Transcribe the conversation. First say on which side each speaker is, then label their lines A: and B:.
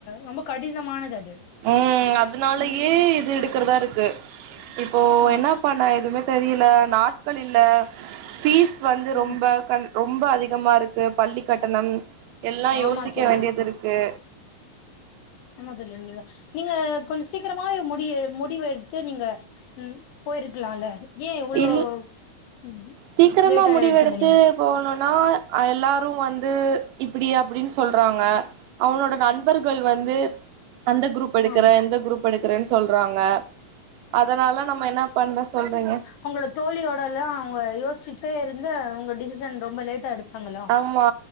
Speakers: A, on the left; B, on the right.
A: ரொம்ப கடினமானது அது
B: ம் அதுனாலயே
A: ம்
B: இது எடுக்கிறதா இருக்கு இப்போ
A: ஆமா
B: என்ன பண்ண எதுமே தெரியல நாட்கள் இல்ல பீஸ் வந்து
A: ம்
B: ரொம்ப கண் ரொம்ப அதிகமா ருக்கு பள்ளி கட்டணம் எல்லா
A: ஆமா
B: யோசிக்க
A: தோழி
B: வேண்டியது இருக்கு
A: ஆமாதுல்ல நீங்க நீங்க கொஞ்சமாவே சீக்கிரமாவே முடி எ முடிவு எடுத்து நீங்க ம் போயிருக்கலால ஏன் இவ்ளோ
B: இல்
A: ம் ஹு
B: சீக்கிரமா
A: லேட் ஆ
B: முடிவெடுத்து
A: எடுத்தீங்க நீங்க
B: போணுனா அ எல்லாரு வந்து இப்டி அப்டின்னு சொல்றாங்க அவளோட நண்பர்கள் வந்து அந்த குரூப் எடுக்கற
A: ஆமா
B: எந்த குரூப் எடுக்கறேன்னு சொல்றாங்க அதனால நம்ம என்ன பண்ற சொல்றீங்க
A: உங்களோ தோழியோட எல்லா அவுங்க யோசிச்சுட்டே இருந்து உங்க டிசிஷன் ரொம்ப லேட்டா எடுத்தாங்களா
B: ம்மா